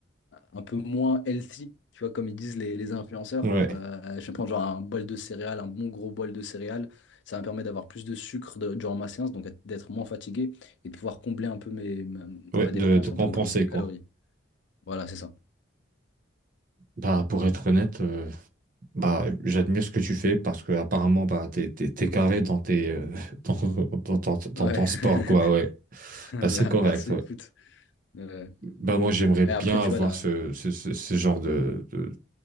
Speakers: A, on the left; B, on the right.
A: un peu moins healthy, tu vois, comme ils disent les, les influenceurs.
B: ouais,
A: Euh, je vais prendre genre un bol de céréales, un bon gros bol de céréales. Ça me permet d'avoir plus de sucre de- durant ma séance, donc d'être moins fatigué et de pouvoir combler un peu mes, ma,
B: ouais,
A: ma dépense
B: de, de compenser,
A: en termes de, de calories.
B: quoi.
A: Voilà, c'est ça.
B: Bah, pour être honnête, euh, bah, j'admire ce que tu fais parce que apparemment, bah, t'es, t'es, t'es carré dans tes, euh, <laughs> dans, dans ton, dans
A: Ouais.
B: ton sport,
A: <laughs>
B: quoi, ouais.
A: Bah,
B: Bah, c'est correct,
A: merci,
B: ouais.
A: écoute. Euh,
B: Bah moi j'aimerais
A: et
B: bien
A: après, tu
B: avoir
A: vois, là.
B: ce, ce, ce, ce genre de, de